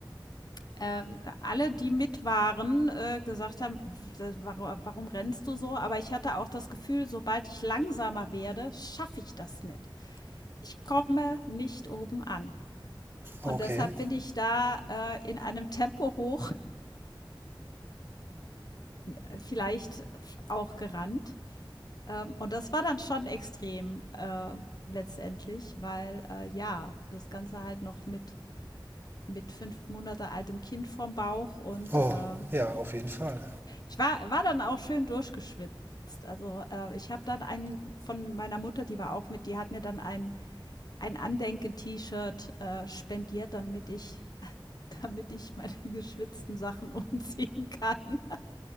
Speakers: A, on the left; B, on the right.
A: äh, alle, die mit waren, äh, gesagt haben: „W d warum rennst du so?“ Aber ich hatte auch das Gefühl, sobald ich langsamer werde, schaffe ich das nicht. Ich komme nicht oben an. Und
B: okay.
A: deshalb bin ich da, äh, in einem Tempo hoch, <laughs> vielleicht auch gerannt. Ähm, und das war dann schon extrem, äh, letztendlich, weil, äh, ja, das Ganze halt noch mit mit 5 Monate altem Kind vorm Bauch und,
B: Oh,
A: äh,
B: ja, auf jeden Fall.
A: ich war war dann auch schön durchgeschwitzt. Also, äh, ich habe dann einen von meiner Mutter, die war auch mit die hat mir dann ein ein Andenken-T-Shirt, äh, spendiert, damit ich <laughs> damit ich meine <laughs> geschwitzten Sachen umziehen kann.